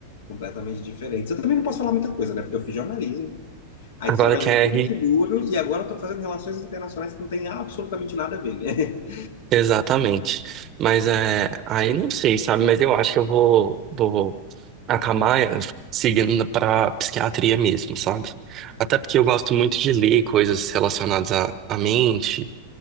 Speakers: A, on the left (about 60°); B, on the right (about 35°).
A: completamente diferentes. Eu também não posso falar muita coisa, né? Porque eu fiz jornalismo, aí
B: Agora
A: tô trabalhando
B: que é
A: com seguros e agora eu tô fazendo relações internacionais que não tem absolutamente nada a ver, né? <laughs>
B: Exatamente. Mas é, aí não sei, sabe? Mas eu acho que eu vou, vou acabar é, seguindo pra psiquiatria mesmo, sabe? Até porque eu gosto muito de ler coisas relacionadas à, à mente